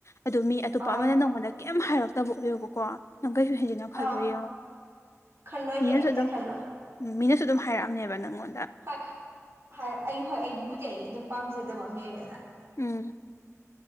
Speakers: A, on the left; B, on the right.
A: ꯑꯗꯨ ꯃꯤ ꯑꯇꯣꯞꯄ
B: ꯍꯣꯏ
A: ꯑꯃꯅ ꯅꯪꯉꯣꯟꯗ ꯀꯩꯝ ꯍꯥꯏꯔꯛꯇꯕ ꯑꯣꯏꯌꯣꯕꯀꯣ ꯅꯪ ꯀꯩꯁꯨ ꯍꯦꯟꯖꯤꯟꯅ ꯈꯜꯂꯣꯏ
B: ꯑꯥꯎ
A: ꯌꯦꯡꯉꯣ
B: ꯈꯜꯂꯣꯏ
A: ꯃꯤꯅꯁꯨ
B: ꯀꯔꯤꯝꯇ
A: ꯑꯗꯨꯝ
B: ꯈꯜꯂꯣꯏ
A: ꯎꯝ ꯃꯤꯅꯁꯨ ꯑꯗꯨꯝ ꯍꯥꯏꯔꯛꯑꯝꯅꯤꯕ ꯅꯪꯉꯣꯟꯗ
B: ꯍꯣꯏ ꯍ ꯑꯩ ꯍꯣꯏ ꯑꯩꯒꯤꯕꯨꯗꯤ ꯑꯩ ꯑꯗꯨꯝ ꯄꯥꯝꯖꯗꯕ ꯑꯃ ꯂꯩꯔꯦꯗꯅ
A: ꯎꯝ